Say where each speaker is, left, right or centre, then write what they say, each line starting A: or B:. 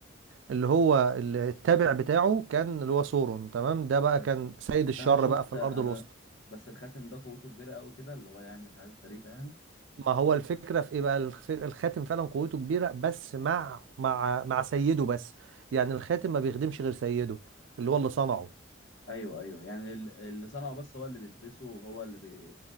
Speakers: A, on the right; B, on the left.
A: اللي هو التابع بتاعه كان اللي هو سورون تمام ده بقى
B: بس
A: كان
B: بس
A: سيد الشر
B: أنا شفت
A: بقى في الارض
B: أنا
A: الوسطى
B: بس الخاتم ده قوته كبيرة قوي كده اللي هو يعمل حاجات غريبة يعني
A: ما هو الفكره في ايه بقى الخ- الخاتم فعلا قوته كبيره بس مع مع مع سيده بس يعني الخاتم ما بيخدمش غير سيده اللي هو اللي صنعه
B: أيوه أيوه يعني ال- اللي صنعه بس هو اللي بيلبسه وهو اللي بي...